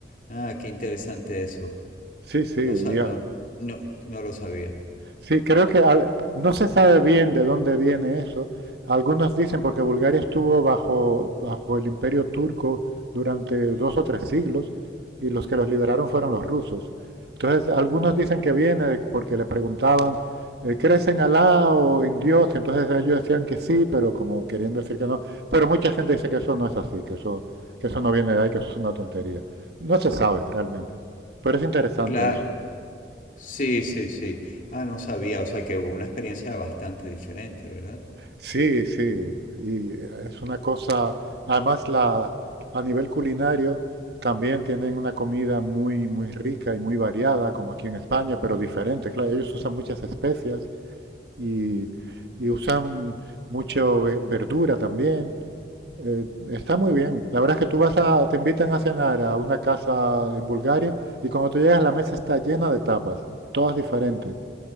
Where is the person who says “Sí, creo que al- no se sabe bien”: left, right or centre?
Right